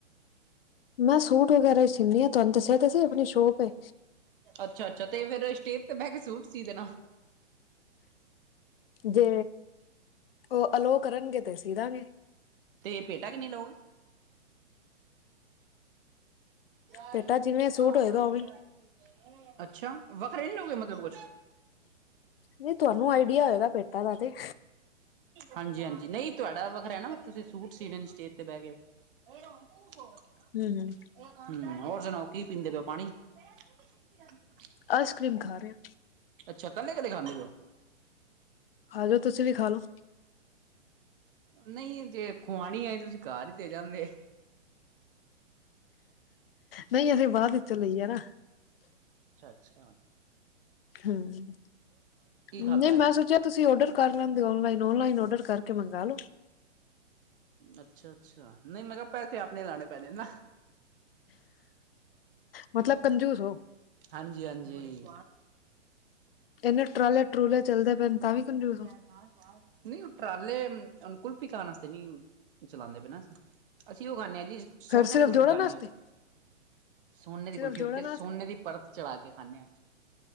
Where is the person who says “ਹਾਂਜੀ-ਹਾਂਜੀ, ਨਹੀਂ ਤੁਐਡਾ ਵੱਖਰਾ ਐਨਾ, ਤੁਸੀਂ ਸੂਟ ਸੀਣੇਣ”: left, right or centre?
Right